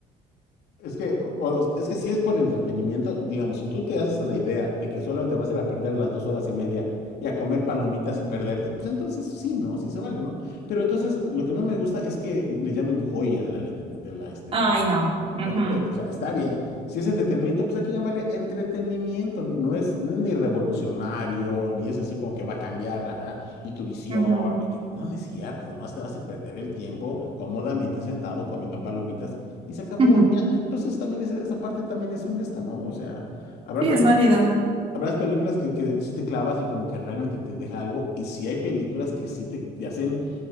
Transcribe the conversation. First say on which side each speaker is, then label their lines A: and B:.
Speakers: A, on the left (about 75°); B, on the right (about 35°).
A: Es que, o- o- es que si es por entretenimiento, digamos, si tú te haces a la idea de que solamente vas a ir a perder las dos horas y media y a comer palomitas y perderte, pues entonces sí, ¿no? Sí se vale, ¿no? Pero entonces lo que no me gusta es que le llamen joya de la, let- de la, este,
B: Ay,
A: del
B: no. Ujú,
A: o sea, no inventes, o sea, está bien. Si es entretenimiento, pues hay que llamarle entretenimiento. No es, no es ni revolucionario, ni es así como que va a cambiar la, ja, y tu visión,
B: ujú,
A: y que no, no es cierto, nomás te va a hacer perder el tiempo cómodamente sentado comiendo palomitas y se acabó.
B: <laughs> ujú.
A: Ya. Entonces también esa, esa parte también es honesta, ¿no? O sea, habrá
B: Sí,
A: pel-
B: es válido.
A: habrás películas que, que sí te clavas y como que realmente te deja algo, y si hay películas que sí te, te hacen